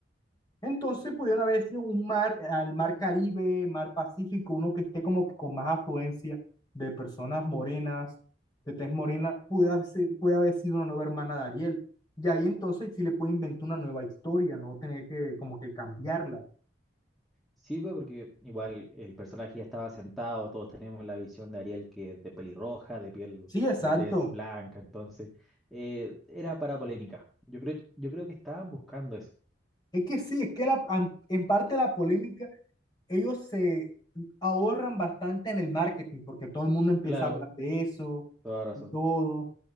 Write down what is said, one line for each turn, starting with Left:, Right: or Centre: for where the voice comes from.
Left: Entonces pudieron haber sido un mar, al mar Caribe, mar Pacífico, uno que esté como que con más afluencia de personas morenas, de tez morena, puede haber, si- puede haber sido una nueva hermana de Ariel. Y ahí entonces sí le puede inventar una nueva historia, no tener que como que cambiarla.
Centre: Sí, pues, porque igual el personaje ya estaba sentado, todos teníamos la visión de Ariel que es de pelirroja, de piel,
Left: Sí, exacto.
Centre: de tez blanca, entonces eh, era para polémica. Yo creo, yo creo que estaban buscando eso.
Left: Es que sí, es que la, an- en parte la polémica ellos se ahorran bastante en el marketing porque todo el mundo empieza
Centre: Claro,
Left: a hablar de eso
Centre: toda razón.
Left: y todo.